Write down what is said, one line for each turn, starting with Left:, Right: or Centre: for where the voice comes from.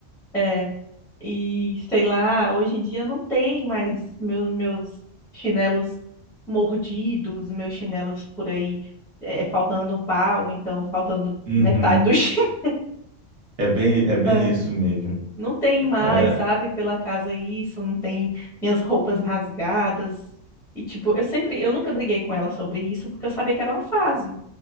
Centre: É, e sei lá, hoje em dia não tem mais meus, meus chinelos mordidos, meus chinelos por aí é, faltando um pau, então faltando
Right: Uhum.
Centre: metade do <laughs>
Right: É bem, é bem
Centre: chinelo.
Right: isso mesmo.
Centre: Não tem mais,
Right: É,
Centre: sabe, pela casa isso, não tem minhas roupas rasgadas. E tipo, eu sempre, eu nunca briguei com ela sobre isso, porque eu sabia que era uma fase.